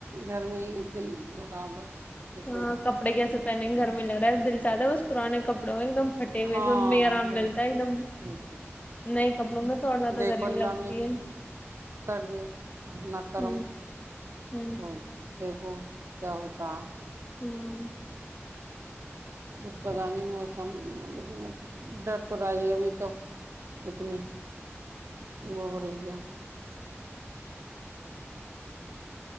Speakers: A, on the right; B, on the left.
A: گھر میں ہی دل ہو رہا بس بالکل
B: ہاں کپڑے کیسے پہنے نہیں گرمی لگ بس دل چاہتا ہے بس پرانے کپڑوں میں ایک دم پٹے
A: ہاں
B: ہوئے سے ان میں آرام
A: بالکل
B: ملتا ہے ایک دم
A: بالکل
B: نئے کپڑوں میں تھڑ زیادہ
A: دیکھو
B: گرمی
A: اللہ
B: لگتی
A: میں
B: ہے
A: کر دے اپنا کرم
B: ہ ہ ہ
A: اور دیکھو کیا ہوتا
B: ہوں
A: کچھ پتا نہیں موسم لیکن ڈر تو رہای ابھی تو اتنی وہ ہو رہی ہے